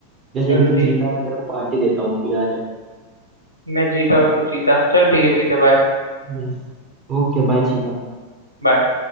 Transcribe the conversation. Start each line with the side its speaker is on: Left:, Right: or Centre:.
Right: जैसे
Left: चल
Right: कि तू
Left: ठीक
Right: जीता
Left: है।
Right: है मैं तेरे को पार्टी देता हूँ अभी आ जा
Left: मैं जीता और तू चीता चल ठीक है चीते बाय
Right: यस Okay bye Sita
Left: बाय